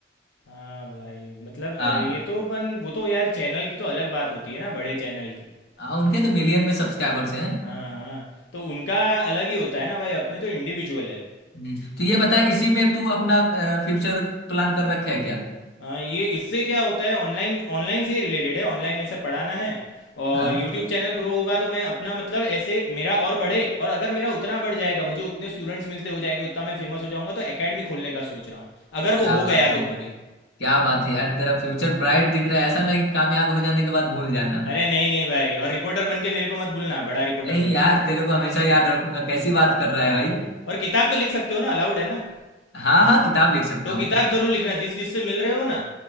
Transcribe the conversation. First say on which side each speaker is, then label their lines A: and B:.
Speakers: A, on the left; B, on the left.
A: हाँ भाई मतलब अ,
B: हाँ
A: ये तो अपन वो तो यार चैनल की तो अलग बात होती है ना बड़े चैनल की
B: हाँ, उनके तो मिलियन में सब्सक्राइबर्स हैं
A: हाँ हाँ तो उनका अलग ही होता है ना भाई अपने तो इंडिविजुअल है
B: हम्म, तो ये बता इसी में तू अपना फ्यूचर प्लान कर रखा है क्या
A: हाँ ये इससे क्या होता है ऑनलाइन ऑनलाइन से ही रिलेटेड है ऑनलाइन ऐसे पढ़ाना है और
B: हाँ
A: यूट्यूब चैनल ग्रो होगा तो मैं अपना मतलब ऐसे मेरा और बढ़े और अगर मेरा उतना बढ़ जाएगा मुझे उतने स्टूडेंट्स मिलते हो जाएंगे उतना मैं फेमस हो जाऊंगा तो एकेडमी खोलने का सोच रहा हूँ अगर
B: क्या
A: वो हो
B: बात
A: गया
B: है
A: तो कभी
B: क्या बात है यार तेरा फ्यूचर ब्राइट दिख रहा है ऐसा ना कि कामयाब हो जाने के बाद भूल जाना
A: अरे नहीं नहीं भाई और रिपोर्टर बन के मेरे को मत भूलना बड़ा रिपोर्टर
B: नहीं
A: बन
B: यार
A: के
B: तेरे को हमेशा याद रखूंगा कैसी बात कर रहा है
A: हाँ
B: भाई
A: भाई और किताब तो लिख सकते हो ना अलाउड है ना
B: हाँ हाँ किताब लिख सकता
A: तो
B: हूँ
A: किताब जरूर लिखना जिस जिससे मिल रहे हो ना